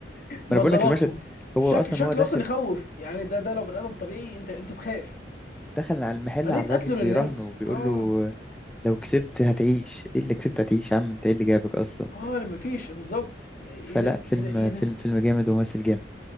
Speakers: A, in the centre; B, on the left.
A: ما
B: نظراته
A: انا بقول لك المشهد
B: شكل
A: هو اصلا
B: شكله
A: هو داخل
B: اصلا يخوف يعني ده ده لو بني ادم طبيعي انت انت تخاف
A: دخل على المحل
B: طريقه
A: على الراجل
B: قتله
A: بيراهنه
B: للناس
A: وبيقول
B: اه
A: له لو كسبت هتعيش ايه اللي كسبت هتعيش يا عم انت ايه اللي جابك اصلا
B: اه ما فيش بالظبط ايه
A: فلا
B: ده
A: فيلم
B: ايه ده ايه ده
A: فيلم فيلم جامد وممثل جامد